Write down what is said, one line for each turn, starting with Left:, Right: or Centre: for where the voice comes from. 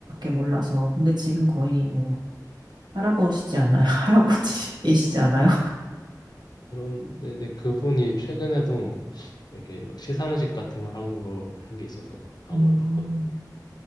Right: 몰라서. 근데 지금 거의 뭐, 할아버지지 않아요? <laughs> 할아버지이시지 않아요?
Left: 그런데 네, 그분이 최근에도 이렇게 막 시상식 같은 걸 한 거 한 게 있어서 나온
Right: 음,
Left: 걸 봤거든요.